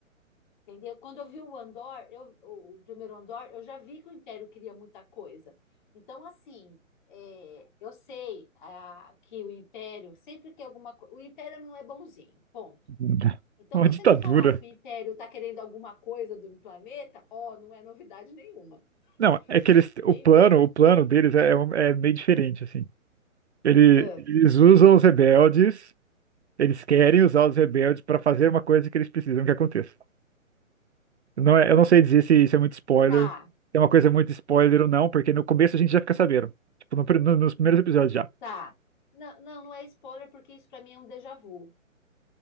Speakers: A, on the left; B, on the right.
A: Entendeu? Quando eu vi o Andor, eu, o o primeiro Andor, eu já vi que o Império queria muita coisa. Então, assim, é, eu sei ah, que o Império, sempre que alguma coisa. O Império não é bonzinho, ponto.
B: <laughs>
A: Então,
B: Uma
A: você
B: ditadura.
A: me falar que o Império está querendo alguma coisa do planeta, ó, não é novidade nenhuma.
B: Não, é que
A: <laughs>
B: eles,
A: Nenhum.
B: o plano, o plano deles é, é um- é meio diferente, assim. Ele-
A: Ah,
B: Eles usam os rebeldes Eles querem usar os rebeldes para fazer uma coisa que eles precisam que aconteça. Não é, eu não sei dizer se isso é muito spoiler,
A: Tá,
B: se é uma coisa muito spoiler ou não, porque no começo a gente já fica sabendo. Tipo, no pri- no- nos primeiros episódios já.
A: tá. Não, não, não é spoiler, porque isso para mim é um déjà vu.